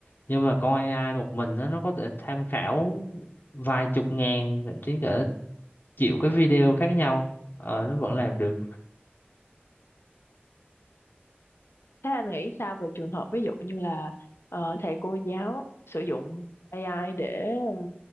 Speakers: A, on the left (about 60°); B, on the left (about 80°).
A: nhưng mà con AI một mình nó nó có thể tham khảo vài chục ngàn thậm chí cả triệu cái video khác nhau Ờ, nó vẫn làm được
B: Thế anh nghĩ sao về trường hợp ví dụ như là ờ, thầy cô giáo sử dụng AI để ờ,